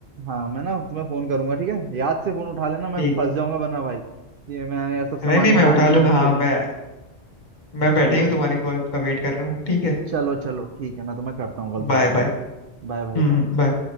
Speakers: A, on the right (about 60°); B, on the left (about 45°).
A: हाँ मैं ना तुम्हें फोन करूंगा ठीक है याद से फोन उठा लेना मैं
B: ठीक
A: फंस जाऊंगा वरना भाई ये मैं यह सब सामान
B: नहीं नहीं
A: बना
B: मैं उठा
A: लिए
B: लूंगा
A: मेहनत
B: हाँ
A: के लिए
B: मैं मैं बैठे
A: चलो
B: ही हूँ तुम्हारी कॉल का वेट कर रहा हूँ ठीक है
A: चलो चलो ठीक है मैं तुम्हें करता हूँ कॉल थोड़ी
B: Bye
A: देर में
B: bye
A: बाय भाई
B: Hmm
A: बाय
B: bye